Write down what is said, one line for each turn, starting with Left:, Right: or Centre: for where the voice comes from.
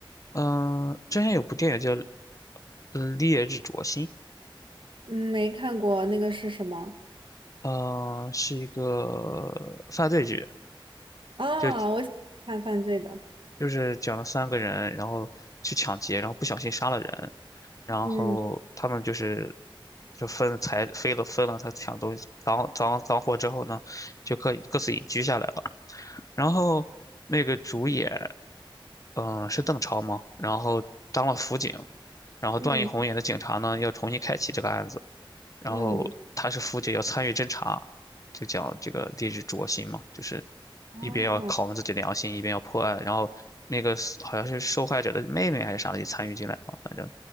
Left: 嗯，之前有部电影叫《呃烈日灼心》，
Right: 嗯，没看过那个是什么
Left: 嗯、呃是一个犯罪剧，
Right: 啊？
Left: 就
Right: 我喜欢看犯罪的。
Left: 就是讲了三个人，然后去抢劫，然后不小心杀了人，然后他们就是
Right: 嗯
Left: 就分财飞了分了他抢东西赃赃赃货之后呢，就各各自隐居下来了。然后那个主演，嗯、是邓超嘛，然后当了辅警，然后段奕宏演的警察呢，
Right: 嗯
Left: 要重新开启这个案子。然后他是父亲要参与侦查，
Right: 嗯，
Left: 就讲这个励志灼心嘛，就是
Right: 哦，
Left: 一边要拷问自己良心，一边要破案。然后那个死好像是受害者的妹妹还是啥的也参与进来了，反正